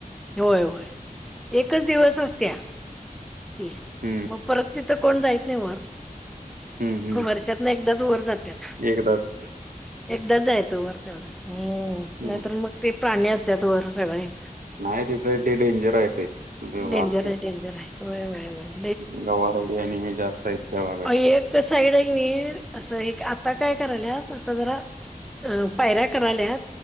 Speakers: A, in the centre; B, on the right.
A: होय होय, एकच दिवस असत्या. ती,
B: हम्म
A: मग परत तिथं कोण जायच नाही वर,
B: हम्म हम्म
A: वर्षा न एकदाच वर जातात.
B: एकदाच
A: एकदा जायचं वर तेवढं हम्म,
B: हम्म
A: नाहीतर मग ते प्राणी असत्यात वर सगळे.
B: नाही तिथं एक ते डेंजर आहे ते, ते
A: डेंजर
B: वाघ ते
A: आहे डेंजर हाय. व्हय व्हय व्हय.
B: <unintelligible> आणि हे जास्त आहेत. त्या भागात
A: एक साईड आहे की नाही, असं एक आता काय करायलात आता जरा अ पायऱ्या कराल्यात,